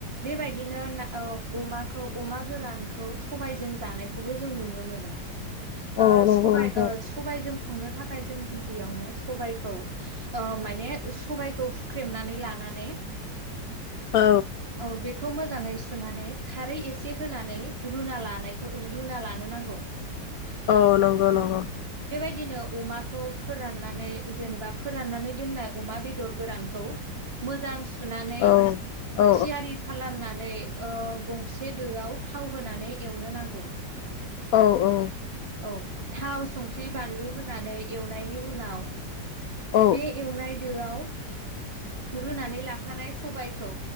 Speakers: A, on the right; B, on the left.
A: बेबायदिनो ना औ अमा अमा गोरानखौ सबायजों जानायखौबो जों नुनो मोनो।
B: औ
A: ओ
B: नंगौ
A: सबाय-सबायजों
B: नोंथां
A: संनो थाखाय जों गिबियावनो सबाइखौ ओ माने सबाइखौ हुख्रेमनानै लानानै नानै
B: औ
A: औ बेखौ मोजाङै सुनानै खारै एसे होनानै रुना लानायखौ रुना लानो नांगौ।
B: औ नंगौ नंगौ।
A: दिनो अमाखौ फोराननानै जेनेबा फोराननानै दोननाय अमा बेदर गोरानखौ मोजां सुनानै
B: औ औ
A: थियारि खालामनानै नै ओ गंसे दोआव थाव होनानै एवनो नांगौ।
B: औ औ।
A: औ थाव संख्रि बानलु होनानै एवनायनि उनाव
B: औ
A: बे एवनाय दोआव रुनानै लाखानाय सबाइखौ